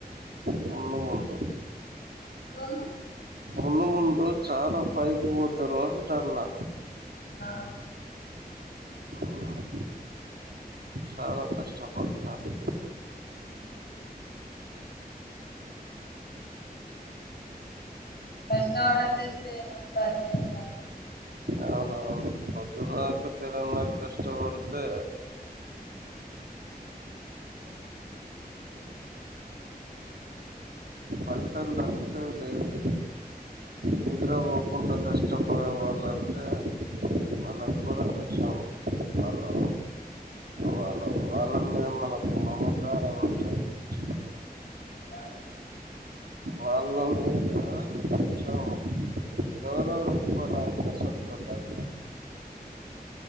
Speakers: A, on the right (about 75°); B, on the left (about 70°).
A: ముందు ముందు
B: ఎందుకంది
A: ముందు ముందు చానా పైకి పోతారు అంటున్న
B: ఆ
A: అన్న చాలా కష్టపడుతారు
B: ఊహు కష్టపడంది ఇపుడు ఏం వస్తది ఏం రాదు
A: అవునవును పొద్దుందాకా తెలన్ దాక కష్టపడితే ఫలితం దక్కుతదిలేండి నిద్ర పోకుండా కష్టపడేవాలంటే మన కూడా కొంచం హలో వాళ వాళ్ళ మీద మనకు మమకారం ఉంటది కొంచం
B: ఆ
A: వాళ్ళ మీద కొంచం ఎవరో ఒకరు నాకు గసొంటోళ్ళు అంటే